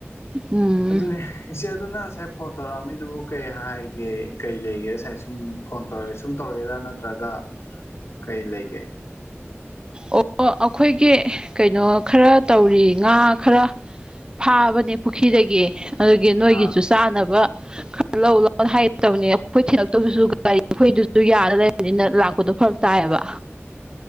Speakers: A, on the right; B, on the left.
A: ꯎꯝ
B: ꯑꯗꯨꯅ‌ꯦ ꯏꯆ‌ꯦꯗꯨꯅ ꯉꯁꯥꯏ ꯐꯣꯟ ꯇꯧꯔꯛꯑꯝꯃꯤꯗꯨꯕꯨ ꯀꯩ ꯍꯥꯏꯒꯦ ꯀꯩ ꯂꯩꯒꯦ ꯉꯁꯥꯏ ꯁꯨꯝ ꯐꯣꯟ ꯇꯧꯔꯦ ꯁꯨꯝ ꯇꯧꯔꯛꯏꯔ ꯅꯠꯇ꯭ꯔꯒ ꯀꯩ ꯂꯩꯒꯦ
A: ꯑꯣ ꯑꯩꯈꯣꯏꯒꯤ ꯀꯩꯅꯣ ꯈꯔ ꯇꯧꯔꯤ ꯉꯥ ꯈꯔ ꯐꯥꯕꯅꯦ ꯄꯨꯈ꯭ꯔꯤꯗꯒꯤ ꯑꯗꯨꯒꯤ ꯅꯣꯏꯒꯤꯁꯨ
B: ꯑꯥ
A: ꯆꯥꯅꯕ ꯈꯔ ꯂꯧ ꯂꯥꯎ ꯍꯥꯏꯒ‌ꯦ ꯇꯧꯕꯅꯦ ꯑꯩꯈꯣꯏ ꯊꯤꯂꯛꯇꯧꯗꯨꯁꯨ <inaudible> ꯒꯥꯔꯤ ꯑꯩꯈꯣꯏꯗꯨꯁꯨ ꯌꯥꯗ ꯂꯩꯔ‌ꯦ ꯅꯤꯅ ꯂꯥꯛꯄꯗꯣ ꯐꯔꯛ ꯇꯥꯏꯌꯦꯕ
B: <inaudible>